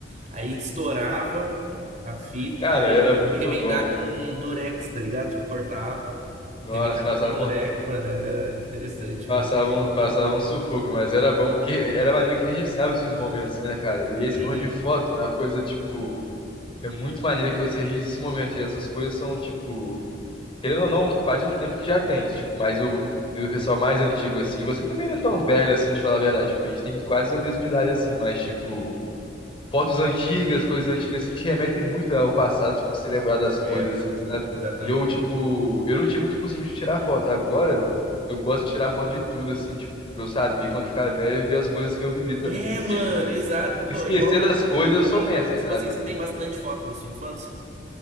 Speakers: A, on the right; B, on the left.
A: Aí estourava a fita,
B: Cara,
A: daí
B: era
A: a gente
B: muito
A: tinha que remendar
B: bom.
A: com durex, tá ligado? Tipo, cortava,
B: Nossa,
A: remendava
B: passavam,
A: com durex. Mano, era interessante,
B: passavam,
A: mano.
B: passavam sufoco, mas era bom porque era maneiro que registrava esses momentos, né, cara? E esse
A: Uhum.
B: negócio de foto é uma coisa, tipo, é muito maneiro que você registre esse momento. E essas coisas são, tipo, querendo ou não, faz um tempo que já tem, tipo, mas o, o pessoal mais antigo, assim, você também não é tão velho, assim, de falar a verdade. Tipo, a gente tem quase a mesma idade, assim, mas, tipo. fotos antigas, coisas antigas, assim, te remetem muito ao passado, tipo, se lembrar das coisas,
A: É, mano,
B: assim, sabe?
A: exatamente.
B: E eu, tipo, eu não tinha muito costume de tirar foto. Agora, eu gosto de tirar foto de tudo, assim, tipo, pra eu saber quando ficar velho e ver as coisas que eu vivi também.
A: É, mano,
B: Porque
A: exato.
B: esquecer
A: Pô, igual eu
B: das
A: também.
B: coisas, eu sou
A: Você tem,
B: mestre,
A: ba- tipo
B: sabe?
A: assim, você tem bastante foto da sua infância?